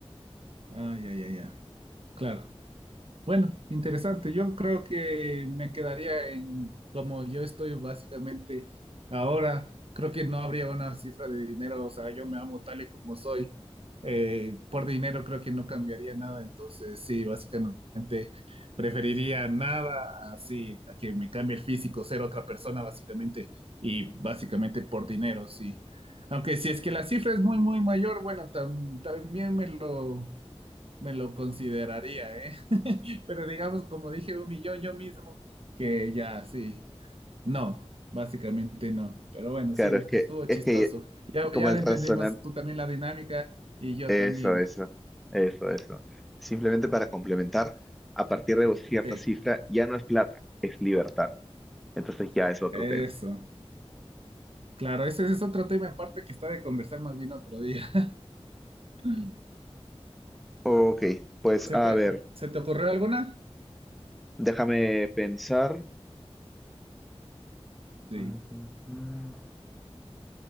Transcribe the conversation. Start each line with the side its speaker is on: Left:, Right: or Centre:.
Right: Ah, ya, ya, ya. Claro. Bueno, interesante. Yo creo que me quedaría en como yo estoy básicamente ahora. Creo que no habría una cifra de dinero. O sea, yo me amo tal y como soy. Eh, por dinero creo que no cambiaría nada. Entonces, sí, básicamente preferiría nada así a que me cambie el físico, ser otra persona básicamente. Y básicamente por dinero, sí. Aunque si es que la cifra es muy, muy mayor, bueno, tam- también me lo me lo consideraría, ¿eh? <laughs> Pero digamos, como dije, un millón yo mismo, que ya, sí. No, básicamente no. Pero bueno,
Centre: Claro,
Right: sí,
Centre: es que,
Right: estuvo chistoso.
Centre: es que
Right: Ya,
Centre: como
Right: ya
Centre: el razonar,
Right: entendimos tú también la dinámica y yo
Centre: eso,
Right: también.
Centre: eso, eso, eso. Simplemente para complementar, a partir de cierta
Right: Sí,
Centre: cifra ya no es plata, es libertad. Entonces ya es otro
Right: eso.
Centre: tema.
Right: Claro, ese es otro tema aparte que está de conversar más bien otro día. <laughs>
Centre: Ok, pues
Right: ¿Se
Centre: a
Right: te,
Centre: ver,
Right: se te ocurrió alguna?
Centre: déjame pensar.
Right: Sí,
Centre: Ujú.